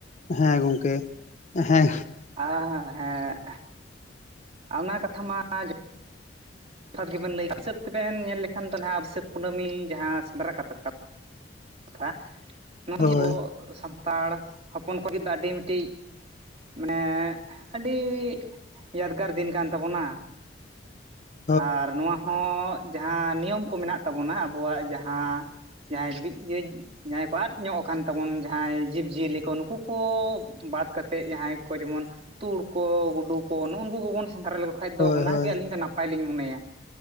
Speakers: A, on the left; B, on the right.
A: ᱦᱮᱸ ᱜᱚᱝᱠᱮ ᱦᱮᱸ
B: ᱟ ᱦᱮᱸ ᱚᱱᱟ ᱠᱟᱛᱷᱟ ᱢᱟ ᱡᱚ ᱡᱚᱛᱷᱟᱛ ᱜᱮᱵᱮᱱ ᱞᱟᱹᱭ ᱦᱤᱥᱟᱹᱵᱽ ᱛᱮᱵᱮᱱ ᱧᱮᱞ ᱞᱮᱠᱷᱟᱱ ᱫᱚ ᱱᱟᱦᱟᱜ ᱵᱟᱹᱭᱥᱟᱹᱠᱷ ᱠᱩᱱᱟᱹᱢᱤ ᱡᱟᱦᱟᱸ ᱥᱮᱸᱫᱽᱨᱟ ᱠᱟᱛᱷᱟ ᱠᱟ ᱠᱟᱛᱷᱟ ᱱᱚᱜ
A: ᱦᱳᱭ
B: ᱱᱤᱭᱟᱹ ᱟᱵᱚ ᱥᱟᱱᱛᱟᱲ ᱦᱚᱯᱚᱱ ᱠᱚ ᱫᱚ ᱟᱹᱰᱤ ᱢᱤᱫᱴᱤᱡ ᱢᱟᱱᱮ ᱟᱹᱰᱤ ᱭᱟᱫᱜᱟᱨ ᱫᱤᱱ ᱠᱟᱱ ᱛᱟᱵᱚᱱᱟ᱾
A: <unintelligible>
B: ᱟᱨ ᱱᱚᱣᱟ ᱦᱚᱸ ᱡᱟᱦᱟᱸ ᱱᱤᱭᱚᱢ ᱠᱚ ᱢᱮᱱᱟᱜ ᱛᱟᱵᱚᱱᱟ ᱟᱵᱚᱣᱟᱜ ᱡᱟᱦᱟᱸ ᱡᱟᱦᱟᱸᱭ ᱵᱤᱜ ᱤᱭᱟᱹᱧ ᱡᱟᱦᱟᱸᱭ ᱠᱚ ᱟᱫ ᱧᱚᱜ ᱟᱠᱟᱱ ᱛᱟᱵᱚᱱ ᱡᱟᱦᱟᱸᱭ ᱡᱤᱵᱽᱡᱤᱭᱟᱹᱞᱤ ᱠᱚ ᱱᱩᱠᱩ ᱠᱚ ᱵᱟᱫ ᱠᱟᱛᱮᱫ ᱡᱟᱦᱟᱸᱭ ᱠᱚ ᱡᱮᱢᱚᱱ, ᱛᱩᱲ ᱠᱚ ᱜᱩᱰᱩ ᱠᱚ ᱱᱩᱜᱩ ᱩᱱᱠᱩ ᱠᱚᱵᱚᱱ ᱥᱮᱸᱫᱽᱨᱟ ᱞᱮᱠᱚ, ᱠᱷᱟᱡ ᱫᱚ
A: ᱦᱳᱭ
B: ᱚᱱᱟᱜᱮ
A: ᱦᱳᱭ
B: ᱟᱹᱞᱤᱧ ᱫᱚ ᱱᱟᱯᱟᱭ ᱞᱤᱧ ᱢᱚᱱᱮᱭᱟ